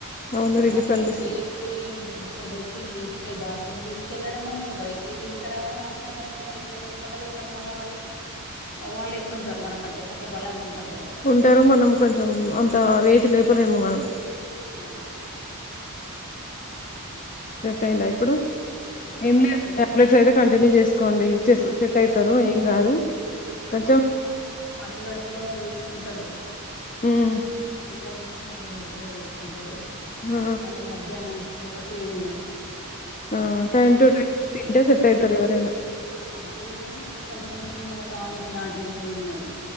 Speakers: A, on the left; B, on the left.
A: అవును రిలీఫ్
B: మరి
A: అనిపిస్తుంది
B: లేపి కూచోపెట్టి తీసుకె బాత్రూమ్ కి తీసుకెళ్ళడము బయటికి తీసుకురావడం అట్లా నేను ఎట్లా లేపగల మగ వాళ్ళు ఎట్లుంటారు మనకంటే కొంచెం బలంగా ఉంటారు కదా
A: ఉంటారు మనం కొంచెం అంత వేటు లేపలేము మనం
B: ఆ అట్లా
A: సెట్ అయింద
B: దేవుడు
A: ఇప్పుడు
B: దేవుడి దయ
A: ఏం
B: వల్ల
A: లేదు
B: సెట్.
A: టాబ్లెట్స్ అయితే కంటిన్యూ చేసుకోండి ఇచ్చ సెట్ అయితారు ఏం కాదు కొంచెం
B: ఆ మార్నింగ్ పరిగడపలో వేసుకుంటాడు
A: హ్మ్
B: లేవగానే పరిగడుపులో వేసుకుంటాడు
A: ఆ
B: మళ్ళా మధ్యాహ్నం ఒక టు ఉన్నాయి
A: ఆ టైమ్ టు
B: ఈ
A: టై తింటే సెట్ అయితారు ఎవరైనా
B: ఆ ఈవినింగ్ కొంచెం చిన్నగా టానిక్ లాంటిది ఉన్నది